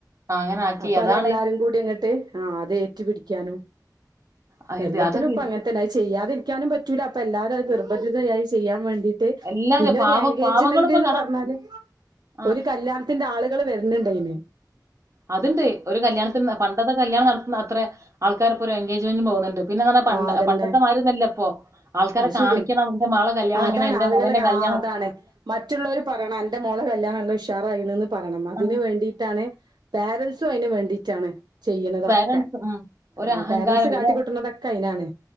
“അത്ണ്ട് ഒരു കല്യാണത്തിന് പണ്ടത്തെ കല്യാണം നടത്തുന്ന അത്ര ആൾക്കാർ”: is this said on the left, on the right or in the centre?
Right